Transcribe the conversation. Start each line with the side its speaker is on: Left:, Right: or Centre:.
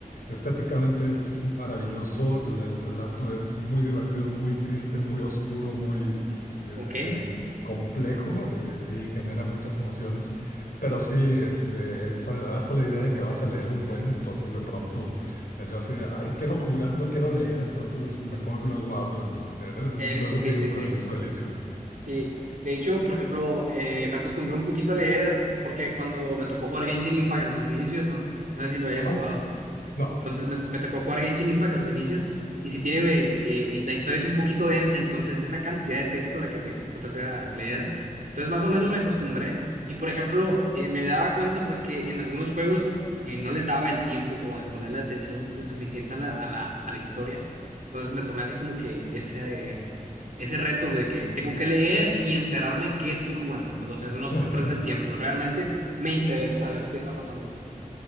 Left: Estéticamente es maravilloso, la- el relato es muy divertido, muy triste, muy oscuro, muy, este,
Right: ok.
Left: complejo, eh, sí, genera muchas emociones, pero sí, este, es ah, hasta la idea de que vas a leer un buen, entonces de pronto eh, yo así, de, ay, quiero jugar, no quiero leer, entonces mejor luego abro el, el- el-
Right: Eh,
Left: luego
Right: sí,
Left: sigo
Right: sí,
Left: con
Right: sí.
Left: el disco Elysium.
Right: Sí, de hecho, por ejemplo, eh, me acostumbré un poquito a leer porque cuando me tocó jugar Genshin Impact a sus inicios, no, no sé si lo hayas
Left: Ajá,
Right: jugado.
Left: no.
Right: Entonces me, me tocó jugar Genshin Impact a sus inicios. Y si tiene, eh, eh, y la historia es un poquito densa, entonces es una cantidad de texto la que te, te toca leer. Entonces más o menos me acostumbré. Y por ejemplo, eh, me daba cuenta pues que en algunos juegos eh, no les daba el tiempo como de ponerle atención suficiente a la, a la, a la historia. Entonces me tomé así como que ese, eh, ese reto de que tengo que leer y enterarme qué estoy jugando. Pues o sea, no estoy
Left: <laughs>
Right: perdiendo el tiempo. Realmente me interesa saber qué está pasando. Pues.